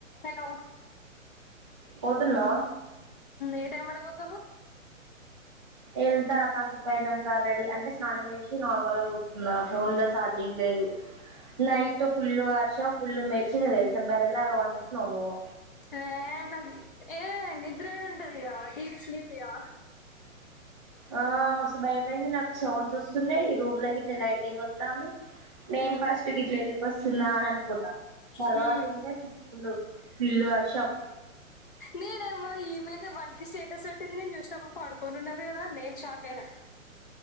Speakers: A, on the left; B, on the right.
A: Hello
B: పోతున్నా
A: ఏ time వరకు పోతాన్నావ్
B: ఎళ్తా కాసేపోనాక రెడీ అంటే స్నానం వేసి నార్మల్ గా కూర్తున్నా ఫోన్ లో చఛార్జింగ్ లేదు నైట్ ఫుల్ వర్షం ఫుల్లు మెర్చి తెలుసా బెర్రలాగా అంటున్నా ను్వు
A: ఆ నాగ్ ఏ నద్ర ఏడుంటదిగా డీప్ స్లీపిగా
B: ఆ మస్తు భయమైంది నాకు సౌండ్స్ వస్తున్నాయి ఈ రూమ్ లో ఇట్లా లైటింగ్ వొత్తాంది నేను
A: హ్మ్
B: ఫస్ట్ గిట్ల ఎందుకు వస్తుందా అని అనుకున్నా తర్వాత
A: హ్మ్
B: ఏంటేండు ఫుల్ వర్షం
A: నేనేమో ఈమద వన్కి స్టేటస్ పెట్టింది నేను చూసినప్పుడు పడుకోనిన్నాది కదా నేను షాక్ అయినా